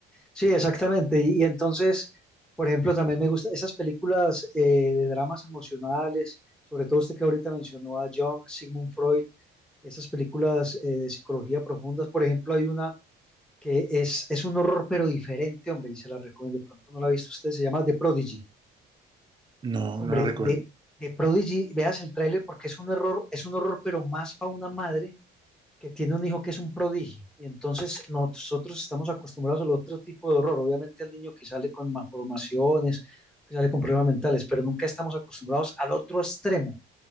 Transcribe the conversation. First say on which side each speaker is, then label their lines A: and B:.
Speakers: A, in the centre; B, on the right.
A: Sí, exactamente. Y, y entonces, por ejemplo, también me gustan esas películas eh, de dramas emocionales, sobre todo usted que ahorita mencionó a Jung, Sigmund Freud, esas películas eh, de psicología profundas. Por ejemplo, hay una que es, es un horror, pero diferente, hombre, y se la recomiendo. De pronto no la ha visto usted, se llama The Prodigy.
B: No,
A: Hombre,
B: no la recuerdo.
A: de, de Prodigy, veas el tráiler porque es un error, es un horror, pero más para una madre que tiene un hijo que es un prodigio. Y entonces nosotros estamos acostumbrados al otro tipo de horror. Obviamente al niño que sale con malformaciones, que sale con problemas mentales, pero nunca estamos acostumbrados al otro extremo,